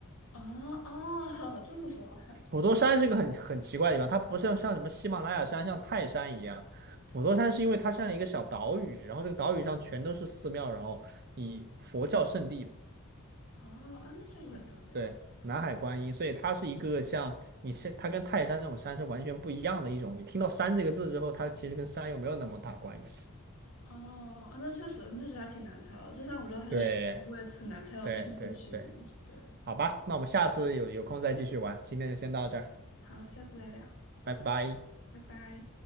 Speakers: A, on the left; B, on the right.
A: 哦哦，这么说
B: 普陀山是个很很奇怪的地方，它不像像什么喜马拉雅山、像泰山一样，普陀山是因为它像一个小岛屿，然后这个岛屿上全都是寺庙，然后以佛教圣地嘛
A: 哦啊，那确实很特别啊。
B: 对，南海观音，所以它是一个像你是它跟泰山这种山是完全不一样的一种。你听到山这个字之后，它其实跟山又没有那么大关系。
A: 哦，啊那确实，那确实还挺难猜到。就算我知道它是什么我也很难猜到这是一片区域。
B: 对对对对，
A: 对，
B: 好吧，那我们下次有有空再继续玩，今天就先到这儿，
A: 好，下次再聊，
B: 拜拜。
A: 拜拜。